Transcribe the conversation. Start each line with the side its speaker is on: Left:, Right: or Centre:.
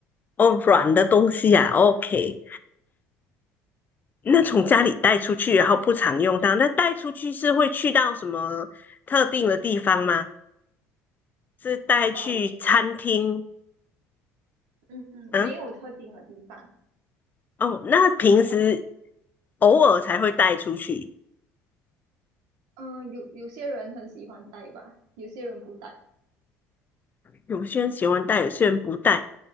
Left: 哦软的东西啊？OK，那从家里带出去，然后不常用到，那带出去是会去到什么特定的地方吗？是带去餐厅？
Right: 哦，也嗯，嗯，
Left: 嗯，
Right: 没有特定的地方，
Left: 哦，那平时
Right: 他们
Left: 偶尔才会带出去，
Right: 嗯，有有些人很喜欢戴吧，有些人不戴。
Left: 有些人喜欢带，有些人不带。